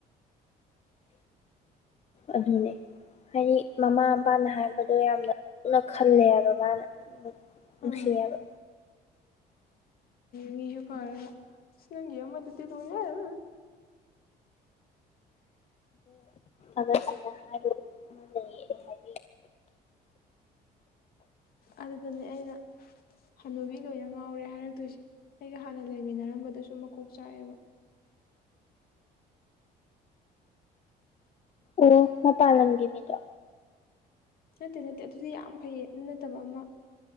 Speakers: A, on the left; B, on the left.
A: ꯑꯙꯅꯤ ꯍꯥꯏꯗꯤ ꯃꯃꯥ ꯃꯄꯥꯅ ꯍꯥꯏꯕꯗꯣ ꯌꯥꯝꯅꯨꯅ ꯈꯜꯂꯦꯕ ꯃꯥꯅ
B: ꯎꯝ
A: ꯎ ꯁꯤꯕ
B: ꯃꯤꯁꯨ ꯐꯥꯔꯗ ꯁꯅꯒꯦ ꯃꯗꯨꯗꯤ ꯂꯅ ꯌꯥ
A: ꯑꯩꯈ ꯑ ꯃꯥ ꯂꯩ ꯍꯥꯏ
B: ꯑꯗꯨꯗꯅꯦ ꯑꯩꯅ ꯍꯥꯟꯅꯨꯕꯤ ꯂꯣꯏꯅ ꯉꯥꯎꯔꯦ ꯍꯥꯏꯔꯛꯇꯣꯏꯁꯦ ꯑꯩꯒ ꯍꯥꯟꯅ ꯂꯩꯃꯤꯟꯅꯔꯝꯕꯗꯨꯁꯨ ꯃꯀꯣꯛ ꯆꯥꯛꯑꯦꯕ
A: ꯑꯣ ꯃꯄꯥꯟꯂꯝꯒꯤꯅꯤꯗꯣ
B: ꯅꯠꯇꯦ ꯅꯠꯇꯦ ꯑꯗꯨꯗꯤ ꯌꯥꯝ ꯐꯩꯌꯦ ꯑꯗꯨ ꯅꯠꯇꯕ ꯑꯃ